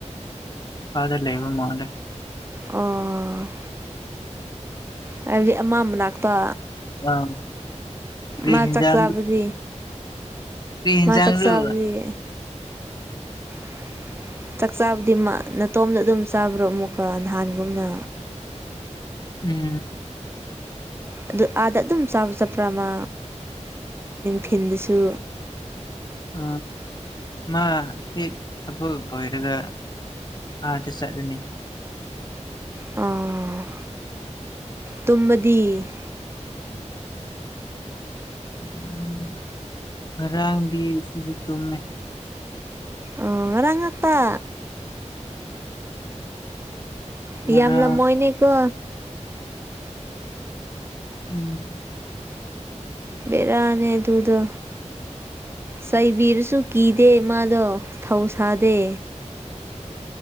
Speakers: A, on the left; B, on the right.
A: ꯐꯗ ꯂꯩꯕ ꯃꯥꯅꯦꯦ
B: ꯑꯣ ꯍꯥꯏꯕꯗꯤ ꯑꯃꯥꯡ ꯃꯅꯥꯛꯇ
A: ꯑ ꯀꯔꯤꯍꯤꯖ
B: ꯃꯥ ꯆꯥꯛ ꯆꯥꯕꯗꯤ
A: ꯄꯍꯤꯖꯥꯡꯔꯨ
B: ꯃꯥ ꯆꯥꯛ ꯆꯥꯕꯗꯤ <inaudible> ꯆꯥꯛ ꯆꯥꯕꯗꯤ ꯅꯥꯇꯣꯝꯗ ꯑꯗꯨꯝ ꯆꯥꯕ꯭ꯔꯣ ꯑꯃꯨꯛꯀ ꯅꯍꯥꯟꯒꯨꯝꯅ
A: ꯎꯝ
B: ꯑꯗꯨ ꯑꯥꯗ ꯑꯗꯨꯝ ꯆꯥꯕ ꯆꯠꯄ꯭ꯔꯥ ꯑꯃ ꯊꯤꯜꯗꯁꯨ
A: ꯎ ꯃꯥ ꯁꯤ ꯊꯕꯜ ꯄꯣꯏꯔꯒ ꯑꯥꯗꯤ ꯆꯠꯅꯤ
B: ꯑ ꯇꯨꯝꯗꯤ
A: ꯎꯝ ꯉꯔꯥꯡꯗꯤ ꯁꯤꯗꯤ ꯇꯨꯝꯃꯦ
B: ꯑꯣ ꯔꯪ ꯍꯥꯇꯥ
A: ꯉꯔꯥꯡ
B: ꯌꯥꯝ ꯌꯥꯝꯂ ꯃꯣꯏꯅꯤ ꯀꯣ
A: ꯎꯝ
B: ꯦꯗꯥꯅꯦ ꯊꯨꯗ ꯁꯥꯏꯕꯤꯔꯁꯨ ꯀꯤꯗꯦ ꯃꯥꯗꯣ ꯊꯧꯁꯗꯦ